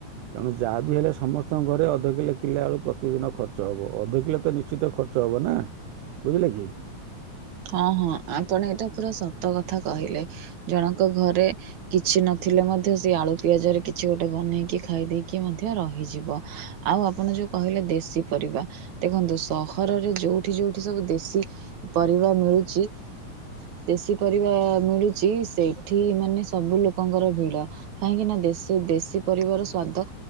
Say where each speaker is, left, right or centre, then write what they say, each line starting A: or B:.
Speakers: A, on the right (about 85°); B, on the right (about 70°).
A: ତେଣୁ ଯାହା ବିି ହେଲେ ସମସ୍ତଙ୍କ ଘରେ ଅଧ କିଲୋ କିଲେ ଆଳୁ ପ୍ରତିଦିନ ଖର୍ ଚ ହବ ଅଧ କିଲେ ତ ନିଶ୍ଚିତ ଖର୍ଚ୍ଚ ହବ ନା ବୁଝିଲେ କି।
B: ହଁ ହଁ ଆପଣ ଏଇଟା ପୁରା ସତ କଥା କହିଲେ ଜଣଙ୍କ ଘରେ କିଛି ନଥିଲେ ମଧ୍ୟ ସେ ଆଳୁ ପିଆଜରେ କିଛି ଗୋଟେ ବନେଇକି ଖାଇ ଦେଇକି ମଧ୍ୟ ରହିଯିବ। ଆଉ ଆପଣ ଯୋଉ କହିଲେ ଦେଶୀ ପରିବା ଦେଖନ୍ତୁ ସହରରେ ଯୋଉଠି ଯୋଉଠି ସବୁ ଦେ ଶୀ ପରିବା ମିଳୁଚି ଦେଶୀ ପରିବା ମିଳୁଚି ସେଇଠି ମାନେ ସବୁ ଲୋକଙ୍କର ଭିଡ଼। କାହିଁକି ନା ଦେଶୀ ଦେଶୀ ପରିବାର ସ୍ଵାଦ